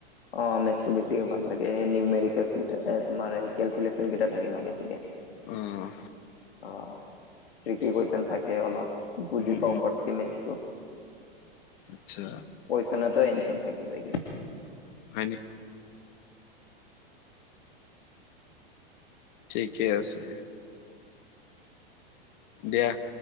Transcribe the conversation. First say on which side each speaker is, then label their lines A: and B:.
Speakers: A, on the left; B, on the left.
A: অঁ, মেচটো বেছিকে ভাল লাগে, এ নিউমেৰিকেল চিত এ তোমাৰ কেলকুলেচন কেতা থাকে ন, বেছিকে।
B: অঁ।
A: অঁ, ট্ৰিকী কুৱেচন থাকে অলপ। বুজি
B: উম,
A: পাওঁ
B: উম,
A: ফটকে মেচটো।
B: আচ্ছা
A: কুৱেশনতো এনচাৰ থাকি যায়।
B: হয় নে? ঠিকেই আছে। দিয়া